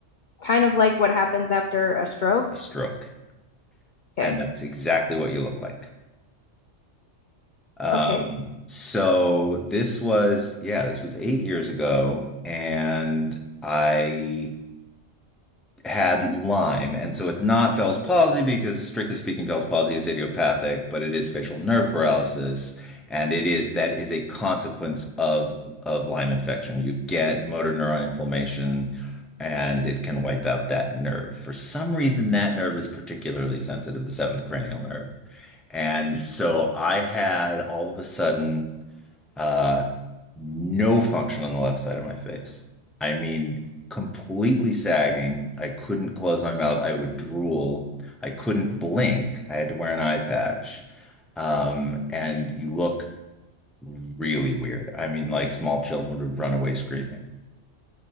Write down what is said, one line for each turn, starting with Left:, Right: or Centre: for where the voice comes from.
Left: Kind of like what happens after a stroke.
Centre: a stroke.
Left: Okay.
Centre: And that's exactly what you look like. Um,
Left: Okay.
Centre: so this was, yeah, this was eight years ago, and I had Lyme. And so it's not Bell's palsy because, strictly speaking, Bell's palsy is idiopathic, but it is facial nerve paralysis. And it is that is a consequence of, of Lyme infection. You get motor neuron inflammation and it can wipe out that nerve. For some reason, that nerve is particularly sensitive, the seventh cranial nerve. And so I had all of a sudden uh, no function on the left side of my face. I mean, completely sagging. I couldn't close my mouth. I would drool. I couldn't blink. I had to wear an eye patch. Um, and you look really weird. I mean, like small children would run away screaming.